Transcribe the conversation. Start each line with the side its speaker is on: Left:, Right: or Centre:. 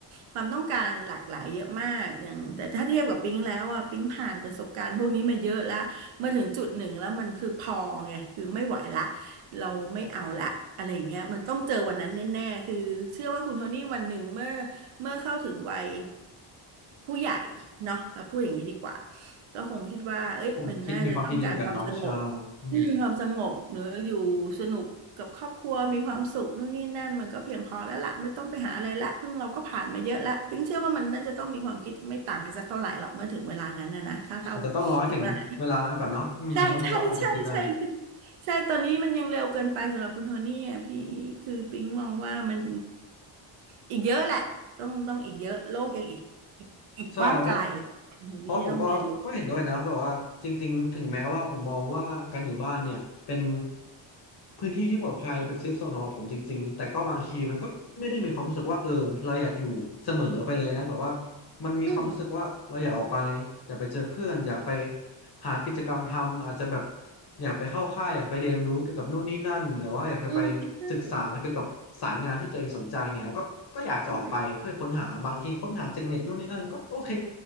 Right: ความต้องการหลากหลายเยอะมากอย่างแต่ถ้าเทียบกับปิ๊งแล้วอ่ะปิ๊งผ่านประสบการณ์พวกนี้มาเยอะละมาถึงจุดหนึ่งแล้วมันคือพอไงคือไม่ไหวละเราไม่เอาละอะไรอย่างเงี้ยมันต้องเจอวันนั้นแน่ๆคือเชื่อว่าคุณโทนี่วันหนึ่งเมื่อ เมื่อเข้าถึงวัยผู้ใหญ่เนาะเราพูดอย่างนี้ดีกว่าก็คงคิดว่าเอ้ยมันน่าจะต้องการความสงบ
Left: คงคิดมีความคิดนี้เหมือนกันเนาะใช่อืม
Right: <clears throat> ความสงบหรืออยู่สนุกกับครอบครัวมีความสุขนู่นนี่นั่นมันก็เพียงพอแล้วล่ะไม่ต้องไปหาอะไรละเพิ่งเราก็ผ่านมาเยอะละปิ๊งเชื่อว่ามันน่าจะต้องมีความคิดไม่ต่างกันสักเท่าไหร่หรอกเมื่อถึงเวลานั้นนะนะถ้าเท่า
Left: อาจจะต้องรอให้ถึงเวลานั้นก่อนเนาะอืมแล้วมันก็อาจจะคิดได้
Right: ถึงเวลา ใช่ใช่ใช่ใช่คือใช่ตอนนี้มันยังเร็วเกินไปสำหรับคุณโทนี่อ่ะพี่คือปิ๊งมองว่ามันอีกเยอะแหละต้องต้องอีกเยอะโลกยังอีกอีกอีกกว้างไกล
Left: ใช่เพราะ
Right: คุณโทนี่ต้องเรียนรู้
Left: เพราะผมก็ก็เห็นด้วยนะแบบว่าจริงๆถึงแม้ว่าผมมองว่าการอยู่บ้านเนี่ยเป็นพื้นที่ที่ปลอดภัยเป็นเซฟโซนของเราผมจริงๆแต่ก็บางทีมันก็ไม่ได้มีความรู้สึกว่าเออเราอยากอยู่เสมอไปเลยนะแบบว่ามันมีความรู้สึกว่าเราอยากออกไป
Right: อืม
Left: อยากไปเจอเพื่อนอยากไป หากิจกรรมทำอาจจะแบบอยากไปเข้าค่ายอยากไปเรียนรู้เกี่ยวกับนู่นนี่นั่นหรือว่าอยากจะไป
Right: อืมใช่
Left: ศึกษาเกี่ยวกับสายงานที่ตัวเองสนใจเนี่ยแล้วก็ก็อยากจะออกไปเพื่อค้นหาบางทีค้นหาจากเน็ตนู่นนี่นั่นก็โอเค
Right: ใช่